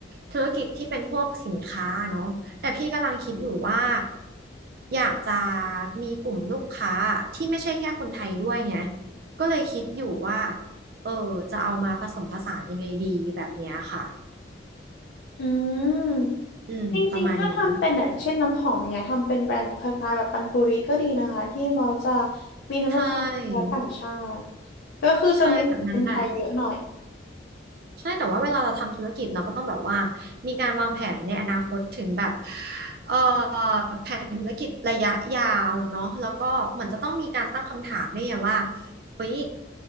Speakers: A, on the right; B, on the left.
A: ธุรกิจที่เป็นพวกสินค้าเนาะแต่พี่กำลังคิดอยู่ว่าอยากจะมีกลุ่มลูกค้าที่ไม่ใช่แค่คนไทยด้วยไงก็เลยคิดอยู่ว่าเออจะเอามาผสมผสานยังไงดีแบบเนี้ยค่ะ
B: อืม
A: อืมประมาณนี้
B: จริงๆถ้าทำเป็นอย่างเช่นน้ำหอมอย่างเงี้ยทำเป็นแบรนด์คล้ายๆแบบปันปุริก็ดีนะคะที่เราจะมีทั้งลูกค้าและต่างชาติ
A: ใช่
B: ก็คือจะมีเป็นไทยเยอะหน่อย
A: ใช่แบบนั้นแหละ ใช่แต่ว่าเวลาเราทำธุรกิจเราก็ต้องแบบว่ามีการวางแผนในอนาคตถึงแบบเอ่อแผนธุรกิจระยะยาวเนาะแล้วก็เหมือนจะต้องมีการตั้งคำถามด้วยไงว่าเฮ้ย